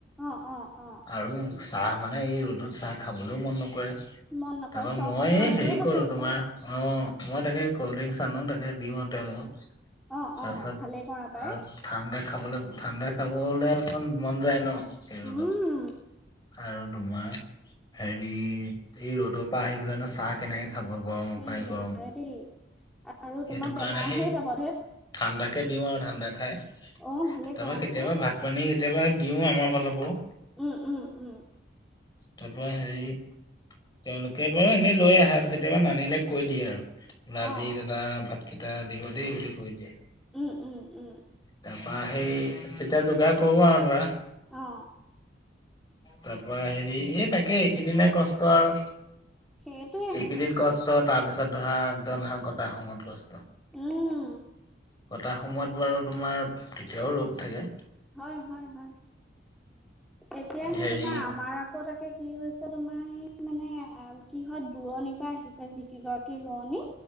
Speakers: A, in the centre; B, on the left.
A: অ অ অ
B: আৰু চাহ মানে এই ৰ'দত চাহ খাবলৈও মন নকৰে
A: মন নকৰে
B: তাৰপা
A: চৰবতকণ
B: মই হেৰি
A: দিলেও
B: কৰো
A: যথেষ্ট
B: তোমাৰ অ মই তাকে কল্ড ড্ৰিংকচ আনো তাকে দিম আৰু তেওঁলোকক!
A: অ
B: তাৰপিছত
A: অ ভালেই কৰা পাই!
B: আৰু ঠাণ্ডা খাবলৈ ঠাণ্ডা খাব হলে অকমান মন যায় ন ৰ'দত
A: উম
B: আৰু তোমাৰ হেৰি এই ৰ'দৰ পৰা আহি পেলাইনো চাহ কেনেকে খাব গৰমৰ
A: এই
B: পায়
A: নোৱাৰে
B: গৰম।
A: দেই আৰু
B: সেইটো
A: তোমাৰ
B: কাৰণে
A: বেমাৰ
B: সেই
A: হৈ যাব দেৰ
B: ঠাণ্ডাকে দিওঁ আৰু ঠাণ্ডা খাই। তাৰপা
A: অ ভালেই কৰা
B: কেতিয়াবা
A: আকৌ
B: ভাত পানী কেতিয়াবা দিও আমাৰ ফালৰ পৰাও!
A: উম উম উম
B: তাৰ পৰা হেৰি --- তেওঁলোকে বাৰু এনেই লৈ আহে কেতিয়াবা নানিলে কৈ দিয়ে আজি
A: অ
B: দাদা ভাত কিতা দিব দেই বুলি কৈ দিয়ে।
A: উম উম উম
B: তাৰ পৰা সেই তেতিয়া যোগাৰ কৰোঁ আৰু ধৰা।
A: অ
B: তাৰপৰা হেৰি এই তাকে এইকে দিনহে কষ্ট আৰু।
A: সেইটোৱে
B: কেইদিন কষ্ট তাৰ পিছত ধৰা একদম ধান কটা সময়ত কষ্ট।
A: উম
B: কটা সময়ত বাৰু তোমাৰ তেতিয়াও ৰ'দ থাকে।
A: হয় হয় হয় এতিয়া সে
B: হেৰি
A: তোমাৰ আমাৰ আকৌ তাকে কি হৈছে তোমাৰ এই মানে কি হয় দূৰণি পৰা আহিছে যিকিগৰাকী ৰোৱনী